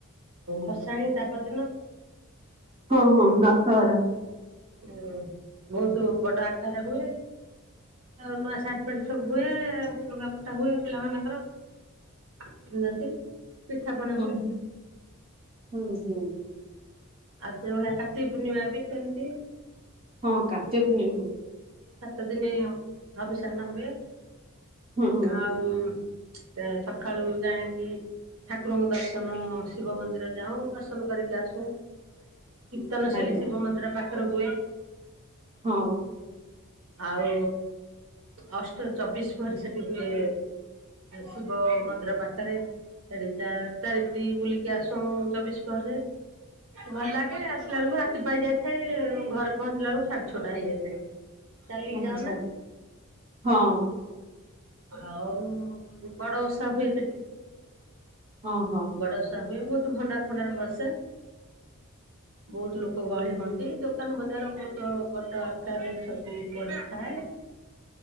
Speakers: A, on the right (about 75°); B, on the right (about 25°).
A: ଭସାଣି ତା ପରଦିନ।
B: ହଁ ହଁ ଦଶହରା।
A: ହୁଁ ବହୁତ ବଡ ଆକାର ରେ ହୁଏ। ଆଉ ନୂଆ ସାର୍ଟ ପ୍ୟାଣ୍ଟ ସବୁ ହୁଏ। ଆଉ ଲୁଗାପଟା ହୁଏ ପିଲାମାନଙ୍କର। <unintelligible>
B: ହୁଁ
A: ହୁଏ
B: ହୁଁ ହୁଁ ହୁଁ।
A: ଆଉ ସେଇ ଭଳିଆ କାର୍ତ୍ତିକ ପୂର୍ଣ୍ଣିମା ବି ସେମିତି।
B: ହଁ କାର୍ତ୍ତିକ ପୂର୍ଣ୍ଣିମା ବି।
A: ସାତ ଦିନି ହବିସାନ ହୁଏ।
B: ହୁଁ ହୁଁ।
A: ଆଉ ଅ ସକାଳୁ ଯାଣିକି ଠା ଠାକୁରଙ୍କ ଦର୍ଶନ ଶିବ ମନ୍ଦିର ଯାଉ ଦର୍ଶନ କରିକି ଆସୁ। କିର୍ତ୍ତନ ସେଠୀ
B: ଆଜ୍ଞା
A: ଶିବ ମନ୍ଦିର ପାଖରେ ହୁଏ।
B: ହଁ।
A: ଆଉ ଅଷ୍ଟ ଚବିଶ ପରେ ସେଠି ହୁଏ। ଶିବ ମନ୍ଦିର ପାଖରେ। ସେଠି ଚା ଚାରିପିଟିବୁଲିକି ଆସୁ ଚବିଶ ପ। ଭଲ ଲାଗେ ଆସିଲା ବେଳକୁ ରାତି ପାହି ଯାଇଥାଏ। ଘରେ ପହଞ୍ଚିଲା ବେଳକୁ ସାଢେ ଛଅଟା ହେଇଯାଇଥାଏ। ଚାଲିକି
B: ଆଚ୍ଛା
A: ଯାାଉ ନା।
B: ହଁ।
A: ଆଉ, ବଡ ଓଷା ହୁଏ ସେଠି।
B: ହଁ ହଁ
A: ବଡ଼ଓଷା ହୁଏ। ବହୁତ ଭଣ୍ଡାର ଫଣ୍ଡାର ବସେ। ବହୁତ ଲୋକ ଗଳି ହୁଅନ୍ତି। ଦୋକାନ ବଜାର ବହୁତ ବଡ ଆକାରରେ ସବୁ ପଡିଥାଏ। <inaudible>